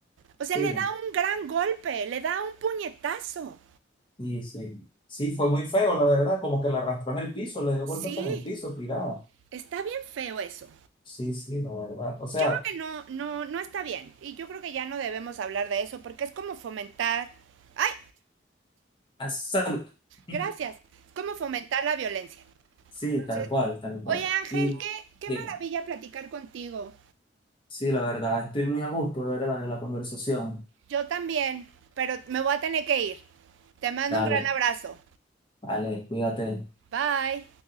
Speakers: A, on the right; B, on the left.
A: O sea,
B: Sí,
A: le da un gran golpe, le da un puñetazo.
B: sí, sí. Sí, fue muy feo, la verdad, como que la arrastró en el piso, le dio
A: Sí,
B: golpes en el piso, tirada.
A: está bien feo eso.
B: Sí, sí, la verdad. O sea,
A: Yo creo que no, no, no está bien. Y yo creo que ya no debemos hablar de eso porque es como fomentar. ¡Ay!
B: a salud. <laughs>
A: Gracias. Es como fomentar la violencia.
B: Sí,
A: Entonces,
B: tal cual, tal cual.
A: oye Ángel,
B: Y
A: qué, qué
B: diga,
A: maravilla platicar contigo.
B: sí, la verdad, estoy muy a gusto, de verdad, de la conversación.
A: Yo también, pero me voy a tener que ir. Te mando
B: Dale,
A: un gran abrazo.
B: dale, cuídate.
A: Bye.